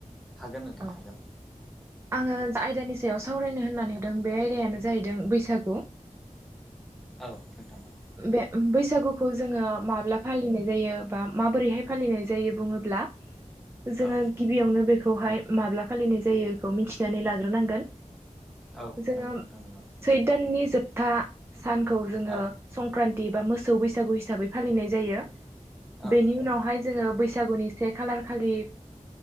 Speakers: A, in the centre; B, on the right.
A: हागोन नोंथां
B: औ
A: हागोन
B: आङो आयदानि सायाव सावरायनो होननानै बे आयदायानो जाहैदों बैसागु
A: औ नोंथां औ
B: बे बैसागुखौ जोङो माब्ला फालिनाय जायो बा माबोरैहाय फालिनाय जायो। जायो बुङोब्ला जोङो
A: औ
B: गिबियावनो बेखौहाय माब्ला फालिनाय जायो बेखौ मिथिनानै लाग्रोनांगोन
A: औ
B: जोङो
A: नंगौ नोंथां नंगौ
B: सैदाननि जोबथा सानखौ जोङो
A: औ
B: रान्तथि बा मोसौ बैसागु हिसाबै फालिनाय जायो।
A: औ
B: बेनि
A: नोंथां
B: उनावहाय
A: औ
B: जोङो बैसागुनि से खालार खालि